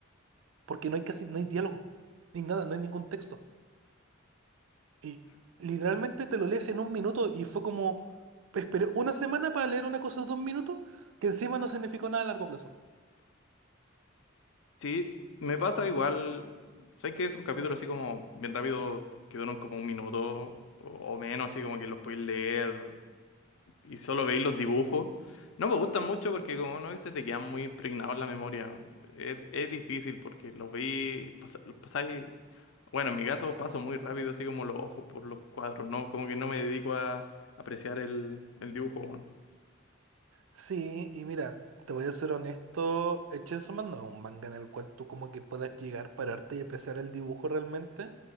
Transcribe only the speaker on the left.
Sí, me pasa igual. sé que esos capítulos así como bien rápido que duran como un minuto o, o menos, así como que los podéis leer? y solo veis los dibujos. No me gustan mucho porque como no se te quedan muy impregnados en la memoria. Es, es difícil porque los veis, pas- los pasáis, bueno, en mi caso paso muy rápido así como los ojos por los cuadros, ¿no? Como que no me dedico a apreciar el, el dibujo, weón.